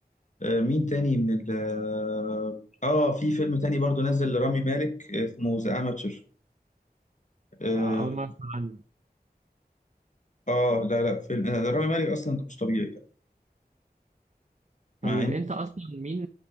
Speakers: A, on the left (about 45°); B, on the right (about 45°).
A: آه، مين تاني من ال اه آه، في فيلم تاني برضو نزل لرامي مالك آه، اسمه ذا اماتشر اه
B: آه، اول مرة اسمع عنه
A: آه، لا لا فيلم آه، ده رامي مالك اصلا ده مش طبيعي يعني
B: طيب
A: مع ان
B: انت اصلا مين